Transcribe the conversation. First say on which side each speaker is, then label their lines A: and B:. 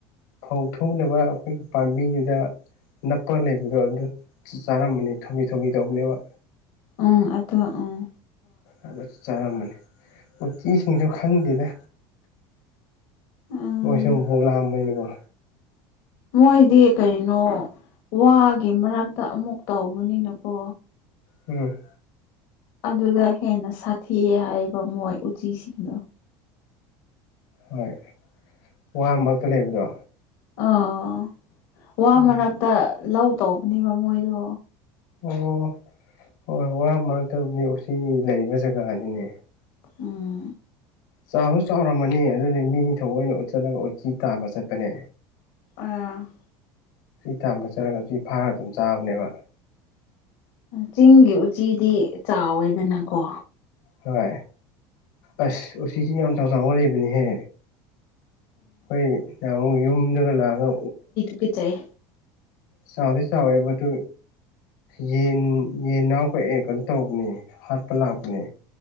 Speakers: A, on the left; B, on the left.
A: ꯐꯧ ꯊꯣꯛꯅꯕ ꯑꯩꯈꯣꯏꯒꯤ ꯄꯥꯝꯕꯤꯗꯨꯗ ꯅꯞꯄꯒ ꯂꯩꯕꯗꯣ ꯑꯗꯨ ꯆꯥꯔꯝꯕꯅꯤ ꯊꯣꯕꯤ ꯊꯣꯝꯕꯤ ꯇꯧꯕꯅꯦꯕ
B: ꯑꯝ ꯑꯗ ꯑꯥ
A: ꯑꯗꯨꯗ ꯆꯥꯔꯝꯕꯅꯤ ꯎꯇꯤꯁꯤꯡꯁꯨ ꯈꯪꯗꯦꯗ
B: ꯎꯝ
A: ꯃꯣꯏꯁꯨꯐꯣꯛ ꯂꯥꯛꯑꯝꯃꯅꯦꯀꯣ
B: ꯃꯣꯏꯗꯤ ꯀꯩꯅꯣ ꯋꯥꯒꯤ ꯃꯔꯛꯇ ꯑꯃꯨꯛ ꯇꯧꯕꯅꯤꯅꯀꯣ
A: ꯎꯝ
B: ꯑꯗꯨꯗ ꯍꯦꯟꯅ ꯁꯥꯊꯤ ꯍꯥꯏꯕ ꯃꯣꯏ ꯎꯆꯤꯁꯤꯡꯗꯣ
A: ꯍꯣꯏ ꯋꯥ ꯃꯔꯛꯇ ꯂꯩꯕꯗꯣ
B: ꯑꯥ ꯋꯥ
A: ꯎꯝ
B: ꯃꯔꯛꯇ ꯂꯧ ꯇꯧꯕꯅꯦꯕ ꯃꯣꯏꯗꯣ
A: ꯑꯣ ꯍꯣꯏ ꯋꯥ ꯃꯔꯛꯇꯕꯗꯤ ꯎꯆ ꯂꯩꯕ ꯖꯒꯥꯅꯤꯅꯦ
B: ꯎꯝ
A: ꯆꯥꯛꯁꯨ ꯆꯥꯎꯔꯝꯃꯅꯤ ꯑꯗꯨꯅꯦ ꯃꯤ ꯊꯑꯣꯏꯅ ꯎꯠꯆꯜꯂꯒ ꯎꯆꯤ ꯇꯥꯕ ꯆꯠꯄꯅꯦ
B: ꯑ
A: ꯆ ꯊꯥꯝꯕ ꯆꯠꯂꯒ ꯁꯤ ꯐꯥꯔꯒ ꯑꯗꯨꯝ ꯆꯥꯕꯅꯦꯕ
B: ꯆꯤꯡꯒꯤ ꯎꯆꯤꯗꯤ ꯆꯥꯎꯋꯦꯗꯅꯀꯣ
A: ꯍꯣꯏ ꯑꯁ ꯎꯁꯤꯁꯤ ꯌꯥꯝ ꯆꯥꯎ ꯆꯥꯎꯅ ꯂꯩꯕꯅꯦꯍꯦ ꯑꯩꯈꯣꯏ ꯇꯥꯃꯨ ꯌꯨꯝꯗꯒ ꯂꯥꯛꯑꯒ
B: ꯄꯤꯆꯩ
A: ꯆꯕꯤ ꯁꯥꯎꯕꯗꯨ ꯌꯦꯟ ꯌꯦꯟ ꯉꯅꯥꯎ ꯀꯛꯑꯦ ꯀꯩꯅꯣ ꯇꯧꯕꯅꯦ ꯍꯥꯠꯄ ꯂꯥꯛꯄꯅꯦ